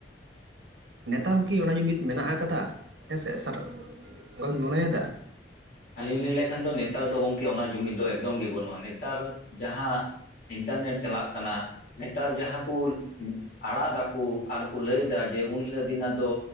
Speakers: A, on the right (about 75°); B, on the left (about 55°).
A: ᱱᱮᱛᱟᱨ ᱦᱚᱸᱠᱤ ᱚᱱᱟ ᱡᱩᱢᱤᱫ ᱢᱮᱱᱟᱜ ᱟᱠᱟᱫᱦᱮᱸᱥᱮ ᱚᱝᱠᱟ ᱵᱮᱱ ᱢᱚᱱᱮᱭᱫᱟ?
B: ᱟᱹᱞᱤᱧ ᱞᱤᱧ ᱞᱟᱹᱭᱠᱷᱟᱱ ᱫᱚ ᱱᱮᱛᱟᱨ ᱫᱚ ᱜᱚᱢᱠᱮ ᱚᱱᱟ ᱡᱩᱢᱤᱫ ᱫᱚ ᱮᱠᱫᱚᱢ ᱜᱮ ᱵᱟᱹᱱᱩᱜᱼᱟ ᱱᱮᱛᱟᱨ ᱡᱟᱦᱟᱸ ᱤᱱᱴᱟᱨᱱᱮᱴ ᱪᱟᱞᱟᱜ ᱠᱟᱱᱟ ᱱᱮᱛᱟᱨ ᱡᱟᱦᱟᱸ ᱠᱚ ᱟᱲᱟᱜ ᱫᱟᱠᱚ ᱟᱨᱠᱚ ᱞᱟᱹᱭᱫᱟ ᱡᱮ ᱩᱱ ᱦᱤᱞᱳᱜ ᱫᱤᱱ ᱟᱜ ᱫᱚ